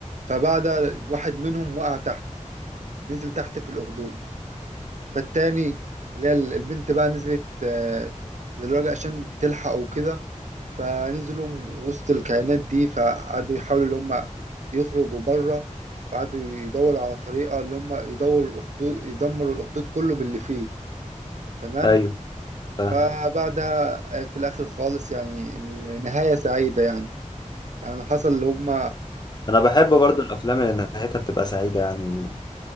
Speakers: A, on the right; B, on the left.
A: فبعد واحد منهم وقع تحت نزل تحت في الأخدود فالتاني اللي هي البنت بقى نزلت آه للراجل عشان تلحقه وكده فنزلوا وسط الكائنات دي فقعدوا يحاولوا اللي هم يخرجوا بره وقعدوا يدوروا على طريقة اللي هم يدوروا الأخدود يدمروا الأخدود كله باللي فيه تمام
B: أيوه فاهم
A: فبعدها آه، في الآخر خالص يعني النهاية سعيدة يعني يعني اللي حصل اللي هم
B: أنا بحب برضو الأفلام اللي نهايتها بتبقى سعيدة يعني و...